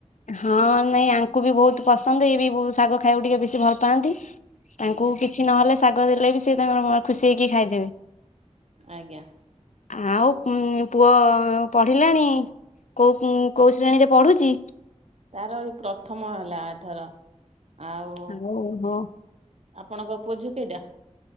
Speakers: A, on the left; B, on the right.
A: ହଁ ନାଇଁ ଆଙ୍କୁ ବି ବହୁତ ପସନ୍ଦ ଇଏ ବି ଶାଗ ଖାଇବାକୁ ଟିକେ ବେଶୀ ଭଲ ପାଆନ୍ତି। ତାଙ୍କୁ
B: ଆଜ୍ଞା।
A: କିଛି ନହେଲେ ଶାଗ ଦେଲେ ବି ସେ ତାଙ୍କର ଖୁସି ହେଇକି ଖାଇଦେବେ।
B: ଆଜ୍ଞା।
A: ଆଉ ପୁଅ ପଢିଲାଣି? କୋଉ କୋଉ ଶ୍ରେଣୀରେ ପଢୁଛି?
B: ତାର ଏ ପ୍ରଥମ ହେଲା ଏଥର। ଆଉ
A: ଓହୋ
B: ଆପଣଙ୍କ ପୁଅଝିଅ କେଇଟା?